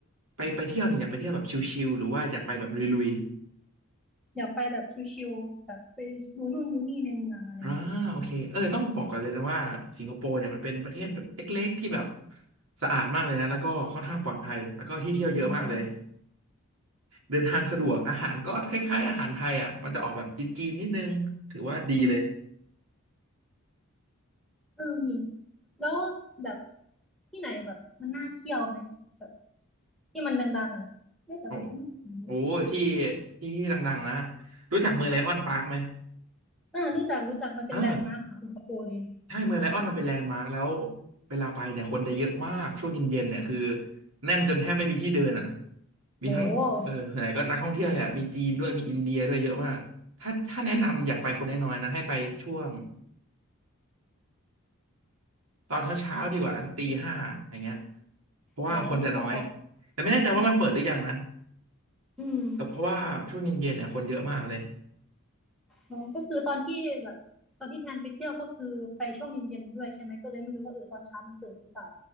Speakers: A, on the right (about 80°); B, in the centre.
A: ไปไปเที่ยวเนี่ยอยากไปเที่ยวแบบชิลๆหรือว่าอยากไปแบบลุย
B: อยากไปแบบชิลๆแบบไปดูนู่นดูนี่ในเมืองอะไรเงี้ย
A: ๆอ่าโอเคเออต้องบอกก่อนเลยนะว่าสิงคโปร์เนี่ยมันเป็นประเทศเล็กๆที่แบบสะอาดมากเลยนะแล้วก็ค่อนข้างปลอดภัยแล้วก็ที่เที่ยวเยอะมากเลย
B: อ่า
A: เดินทางสะดวกอาหารก็คล้ายๆอาหารไทยอ่ะมันจะออกแบบจีนๆนิดนึงถือว่าดีเลย
B: อืมเออนี่แล้วแบบที่ไหนแบบมันน่าเที่ยวไหมแบบที่มันดังๆอ่ะเอ้แต่มันก็ไม่ถึงเยอะ
A: โอ้โอ้ยที่ที่ดังๆนะรู้จักเมืองไลออนปาร์คไหม
B: อ่ารู้จักรู้จักมันเป็นแลนด์มาร์คของสิงคโปร์เลย
A: เออ ใช่เมืองไลออนมันเป็นแลนด์มาร์คแล้วเวลาไปเนี่ยคนจะเยอะมากช่วงเย็นๆเนี่ยคือแน่นจนแทบไม่มีที่เดินอ่ะมีทั้งเออส่วนใหญ่ก็นักท่องเที่ยวเนี่ยมีจีนด้วยมีอินเดียด้วยเยอะมากถ้าถ้าแนะนำอยากไปคนน้อยๆนะให้ไปช่วง
B: โหอืม
A: ตอนเช้าๆดีกว่าตีห้าอย่างเงี้ยเพราะว่าคนจะน้อย
B: โหคือต้องออก
A: แต่ไม่แน่ใจว่ามันเปิดหรือยังนะ
B: อืม
A: แต่เพราะว่าช่วงเย็นๆเนี่ยคนเยอะมากเลย
B: อ๋อก็คือตอนที่แบบตอนที่แทนไปเที่ยวก็คือไปช่วงเย็นๆด้วยใช่ไหมก็เลยไม่รู้ว่าเออตอนเช้ามันเปิดหรือเปล่า